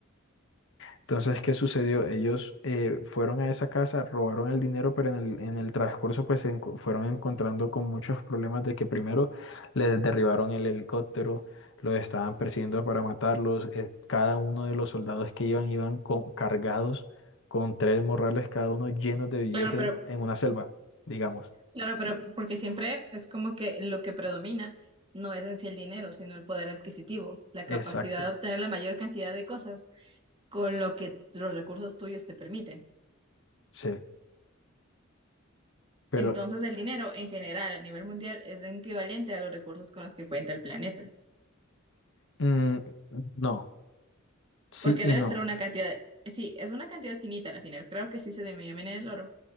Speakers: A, on the left; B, on the right.
A: Entonces, ¿qué sucedió? Ellos eh, fueron a esa casa, robaron el dinero, pero en el, en el transcurso pues se enco- fueron encontrando con muchos problemas de que primero les derribaron el helicóptero, los estaban persiguiendo para matarlos, eh, cada uno de los soldados que iban iban co- cargados con tres morrales cada uno llenos de billetes
B: Claro, pero
A: en una selva, digamos.
B: Claro, pero porque siempre es como que lo que predomina no es en sí el dinero, sino el poder adquisitivo, la capacidad
A: Exacto,
B: de obtener la mayor cantidad de cosas con lo que los recursos tuyos te permiten.
A: sí. Pero
B: Entonces el dinero en general a nivel mundial es equivalente a los recursos con los que cuenta el planeta,
A: mm, no, sí
B: porque
A: y
B: debe
A: no.
B: ser una cantidad, sí, es una cantidad finita al final, creo que sí se denomina el oro,